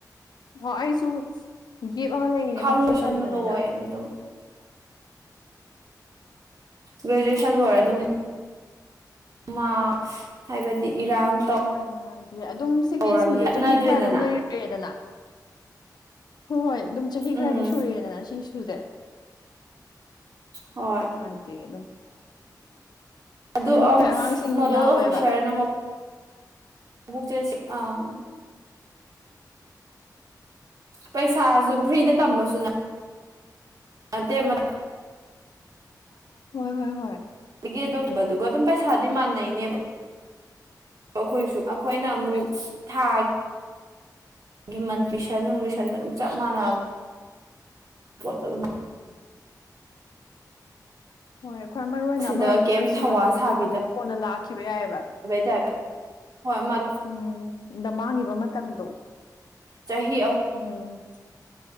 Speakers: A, on the left (about 75°); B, on the right (about 55°).
A: ꯑꯣ ꯑꯩꯁꯨ ꯒꯦꯞ ꯑꯃ ꯂꯩꯔꯤꯅꯦ
B: ꯈꯪꯁꯟ
A: ꯃꯥꯁꯨ ꯇꯧꯗ꯭ꯔꯤꯅ
B: ꯂꯣꯏꯅ ꯑꯗꯨꯝ ꯒ꯭ꯔꯦꯖꯨꯑꯦꯁꯟ ꯂꯣꯏꯔꯦ ꯑꯗꯨꯝ ꯃꯥ ꯍꯥꯏꯕꯗꯤ ꯏꯔꯥꯡ
A: ꯁꯍꯣꯏ ꯅꯨꯡꯉꯥꯏꯇ ꯑꯗꯨꯝ ꯁꯤꯒꯤ
B: ꯇꯧꯔꯝꯅꯤ
A: ꯏꯁꯨꯁꯦ
B: ꯆꯠꯅꯗ꯭ꯔꯦꯗꯅ
A: ꯆꯍꯤ ꯈꯔ ꯑꯗꯨꯝ ꯂꯩꯔꯦꯗꯅ ꯍꯣꯏ ꯍꯣꯏ ꯑꯗꯨꯝ ꯆꯍꯤ ꯈꯔꯗꯤ
B: ꯎꯝ
A: ꯁꯨꯔꯦꯗꯅ ꯁꯤ ꯁꯨꯁꯦ
B: ꯍꯣꯏ
A: ꯅꯨꯡꯉꯥꯏꯇꯦ ꯑꯗꯨꯝ
B: ꯑꯗꯨ
A: ꯑꯗꯨꯝ ꯑꯩꯈꯣꯏ
B: ꯑꯞ
A: ꯑꯉꯥꯡꯁꯤꯡ
B: ꯅꯣꯗꯦꯜ
A: ꯌꯥꯎꯋꯦꯕ
B: ꯑꯣꯐꯤꯁꯥꯔꯅ ꯊꯥꯔꯇꯤ ꯁꯤꯛꯁ ꯑꯥ ꯄꯩꯁꯥꯁꯨ ꯐ꯭ꯔꯤꯗ ꯇꯝꯕꯁꯨꯉꯥꯏ ꯃ ꯃ
A: ꯍꯣꯏ ꯍꯣꯏ ꯍꯣꯏ
B: ꯒꯤ ꯑꯗꯨꯝꯕꯗꯨꯒ ꯑꯗꯨꯝ ꯄꯩꯁꯥꯗꯤ ꯃꯥꯟꯅꯩꯅꯦꯕ ꯑꯩꯈꯣꯏꯁꯨ ꯑꯩꯈꯣꯏꯅ ꯑꯃꯨꯛ
A: ꯍꯣꯏ
B: ꯊ ꯑꯒꯤ ꯃꯟ ꯄꯤꯁꯟ ꯅꯨꯡ ꯃꯤꯁꯟ ꯑꯗꯨꯝ ꯆꯞ ꯃꯥꯟ ꯄꯠꯇꯗ
A: ꯍꯣꯏ ꯈ꯭ꯋꯥꯏ ꯃꯔꯨ ꯑꯣꯏꯅ
B: ꯁꯤꯗ
A: ꯑꯃꯔꯣꯝꯗ
B: ꯀꯩꯝ
A: ꯄꯩꯁꯥꯗꯨꯕꯨꯗꯤ
B: ꯊꯧꯋꯥ ꯁꯥꯕꯤꯗꯕꯩ
A: ꯑꯃꯨꯛ ꯀꯣꯟꯅ ꯂꯥꯛꯈꯤꯕ ꯌꯥꯏꯑꯕ
B: ꯇꯥꯏꯞꯇ ꯍꯣꯏ ꯃ
A: ꯎꯝ ꯗ ꯃꯥꯡꯉꯤꯕ ꯃꯇꯝꯗꯣ
B: ꯆꯍꯤ
A: ꯎꯝ